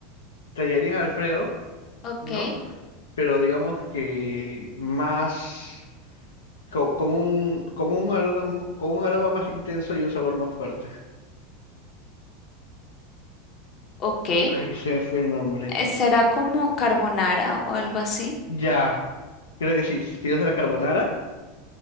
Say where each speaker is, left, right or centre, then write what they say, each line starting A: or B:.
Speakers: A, on the left; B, on the left.
A: tallarín Alfredo,
B: Ok,
A: ¿no? pero digamos que más co- con, un con un aroma, con un aroma más intenso y un sabor más fuerte.
B: ok.
A: Ay, se me fue el nombre.
B: Eh, ¿Será como carbonara o algo así?
A: Ya, creo que sí, fideos de la carbonara.